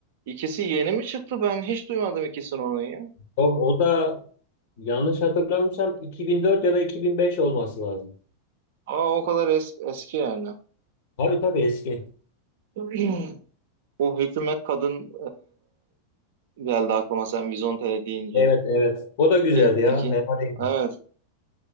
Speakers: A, on the right (about 55°); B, on the left (about 50°).
A: İkisi yeni mi çıktı? Ben hiç duymadım ikisini onun ya.
B: O, o da yanlış hatırlamıyorsam 2004 ya da 2005 olması lazım.
A: Aa o kadar es- eski yani.
B: Tabii tabii eski.
A: <clears throat> Bu hükümet kadın e, geldi aklıma sen Vizontele deyince.
B: Evet evet. O da güzeldi
A: İ-
B: ya.
A: iki.
B: Fena değildi.
A: Evet.